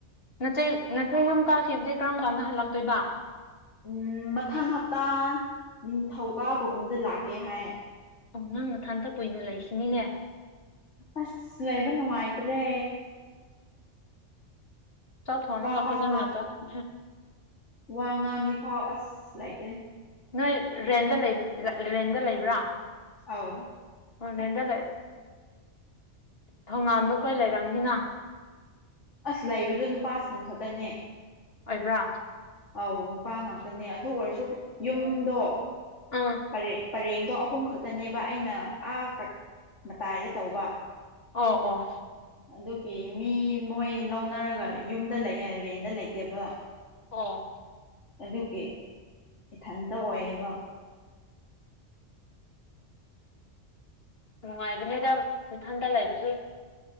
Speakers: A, on the left; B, on the left.
A: ꯅꯆꯦ ꯅꯊꯣꯏ ꯌꯨꯝ ꯀꯥꯈꯤꯕꯗꯤ ꯀꯔꯝ ꯀꯥꯟꯗ ꯍꯜꯂꯛꯇꯣꯏꯕ
B: ꯎꯝ ꯃꯊꯪ ꯍꯞꯇꯥ ꯅꯤꯡꯊꯧ ꯀꯥꯕꯒꯨꯝꯗ ꯂꯥꯛꯀꯦ ꯍꯥꯏ
A: ꯑꯣ ꯅꯪꯅ ꯊꯟꯇ ꯀꯨꯏꯅ ꯂꯩꯁꯤꯅꯤꯅꯦ
B: ꯑꯁ ꯂꯩꯕ ꯅꯨꯡꯉꯥꯏꯇ꯭ꯔꯦ
A: ꯆꯠꯣꯅꯒ
B: ꯐꯥꯎ
A: ꯐꯖꯅ ꯆꯠꯀ
B: ꯋꯥ ꯉꯥꯡ ꯅꯤꯐꯥꯎ ꯑꯁ ꯂꯩꯇꯦ
A: ꯅꯣꯏ ꯔꯦꯟꯗ ꯂꯩ ꯔꯦꯟꯗ ꯂꯩꯕ꯭ꯔꯥ
B: ꯑꯥꯎ
A: ꯑꯣꯂꯦꯟꯗ ꯊꯣꯉꯥꯟꯕ ꯈꯣꯏ ꯂꯩꯔꯕꯝꯅꯤꯅ
B: ꯑꯁ ꯂꯩꯕꯗꯣ ꯅꯨꯄꯥꯁꯤꯡ ꯈꯛꯇꯅꯦ
A: ꯑꯣꯏꯕ꯭ꯔꯥ
B: ꯑꯧ ꯅꯨꯄꯥ ꯉꯥꯛꯇꯅꯦ ꯑꯗꯨ ꯑꯣꯏꯔꯁꯨ ꯌꯨꯝꯗꯣ
A: ꯑꯥ
B: ꯄꯔꯦꯡ ꯄꯔꯦꯡꯗꯣ ꯑꯍꯨꯝ ꯈꯛꯇꯅꯦꯕ ꯑꯩꯅ ꯑꯥꯛ ꯃꯇꯥꯏꯗ ꯇꯧꯕ
A: ꯑꯣ ꯑꯣ
B: ꯑꯗꯨꯒꯤ ꯃꯤ ꯃꯣꯏ ꯂꯧꯅꯔꯒ ꯌꯨꯝꯗ ꯂꯩ ꯔꯦꯟꯗ ꯂꯩꯇꯦꯕ
A: ꯑꯣ
B: ꯑꯗꯨꯒꯤ ꯏꯊꯟꯇ ꯑꯣꯏꯌꯦꯕ
A: ꯅꯨꯡꯉꯥꯏꯕꯅꯦꯗ ꯏꯊꯟꯇ ꯂꯩꯕꯁꯨ